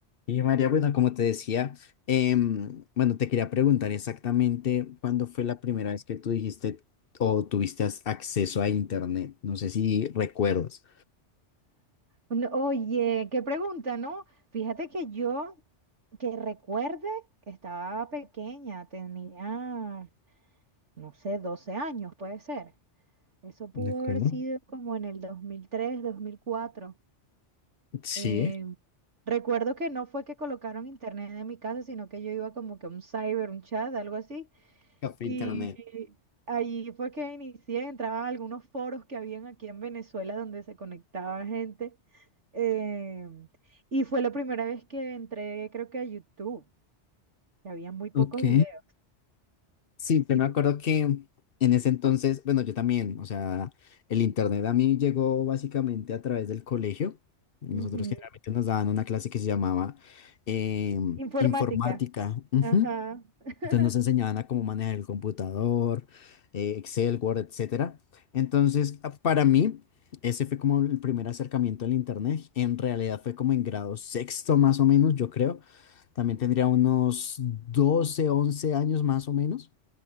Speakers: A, on the left (about 55°); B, on the right (about 85°).
A: Y María, bueno, como te decía, em, bueno, te quería preguntar exactamente cuándo fue la primera vez que tú dijiste o tuviste as- acceso a Internet. No sé si recuerdas.
B: No, Oye, qué pregunta, ¿no? Fíjate que yo, que recuerde, estaba pequeña, tenía, no sé, 12 años, puede ser. Eso pudo
A: ¿De acuerdo?
B: haber sido como en el 2003, 2004.
A: Sí.
B: Eh, recuerdo que no fue que colocaron internet en mi casa, sino que yo iba como que a un cyber, un chat, algo así.
A: Café
B: Y
A: Internet.
B: allí fue que inicié, entraba a algunos foros que habían aquí en Venezuela donde se conectaba gente. Eh, y fue la primera vez que entré, creo que a YouTube, que había muy pocos
A: Ok.
B: videos.
A: Sí, pero
B: ¿Y
A: me
B: tú?
A: acuerdo que en ese entonces, bueno, yo también, o sea, el Internet a mí llegó básicamente a través del colegio. Nosotros
B: Ujú.
A: generalmente nos daban una clase que se llamaba em,
B: Informática.
A: informática. Ujú.
B: Ajá. <laughs>
A: Entonces nos enseñaban a cómo manejar el computador, eh, Excel, Word, etcétera. Entonces, a- para mí, ese fue como el primer acercamiento al Internet. En realidad fue como en grado sexto más o menos, yo creo. También tendría unos 12, 11 años más o menos.